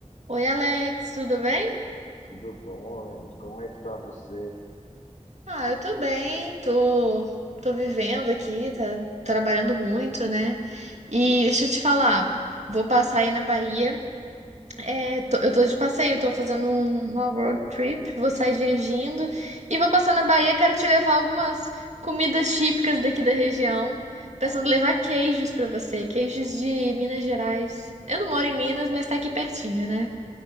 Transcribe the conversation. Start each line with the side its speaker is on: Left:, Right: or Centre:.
Right: Oi, Alex, tudo bem?
Left: Tudo bom, hein? Como é que tá você?
Right: Ah, eu tô bem, tô, tô vivendo aqui, tá trabalhando muito, né? E deixa eu te falar, vou passar aí na Bahia. É, tô- eu tô de passeio, tô fazendo um- uma road trip, vou sair dirigindo e vou passar na Bahia, quero te levar algumas comidas típicas daqui da região. Pensando
Left: Ah,
Right: em levar queijos pra você, queijos de Minas Gerais. Eu não moro em Minas, mas tá aqui pertinho, né?